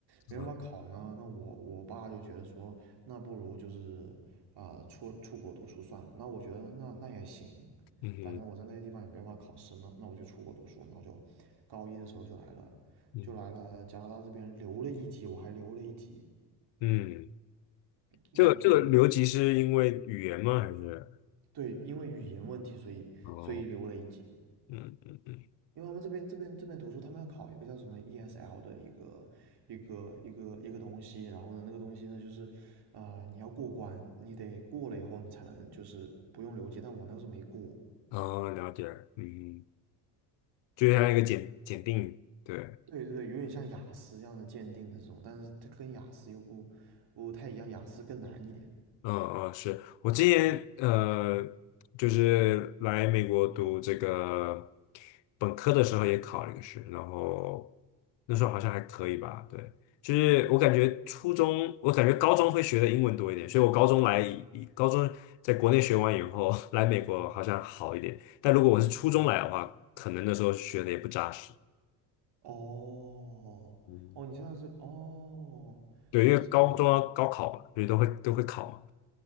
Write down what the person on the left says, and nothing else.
啊，
嗯
嗯
嗯，
这个这个留级是因为语言吗？还是
哦，嗯嗯嗯，
哦，了解，嗯，就像一个检检定，对。
嗯嗯，是我今年呃，就是来美国读这个本科的时候也考了一个试，然后那时候好像还可以吧，对，就是我感觉初中，我感觉高中会学的英文多一点，所以我高中来高中在国内学完以后 <laughs> 来美国好像好一点，但如果我是初中来的话，可能那时候学的也不扎实，
嗯，
对，
因为高中要高考嘛，
所以都会都会考嘛。